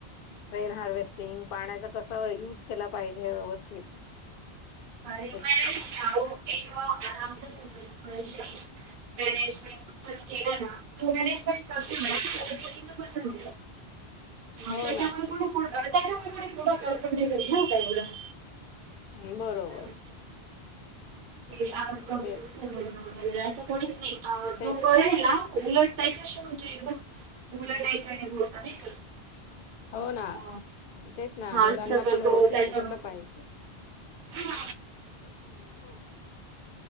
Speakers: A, on the left; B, on the right.
A: रेन हार्वेस्टिंग पाण्याचा कस युज केला पाहिजे व्यवस्थित
B: अरे
A: ते
B: मॅडम आहो आमच्या सोसायटी इशू मॅनेजमेंट केला ना जो मॅनेजमेंट करते करतील ना ह
A: हो
B: त्याच्यावर
A: ना
B: कनी त्याच्यावरती पुढाकार करपण नाहीत नाही का एवढं
A: हम् बरोबर
B: असं.
A: त्याच्या
B: ते आपण
A: ते
B: असं कोणीच नाही
A: ते
B: जो करेल ना उलट त्याच्याशी म्हणजे बघ उलाटायच नि हो होता नाही तर
A: हो ना
B: अ
A: तेच ना
B: हा
A: मुलांना
B: असं करतो
A: पण व्यवस्थित
B: त्याच्या
A: शिकवलं पाहिजे.
B: ह
A: हो <unintelligible>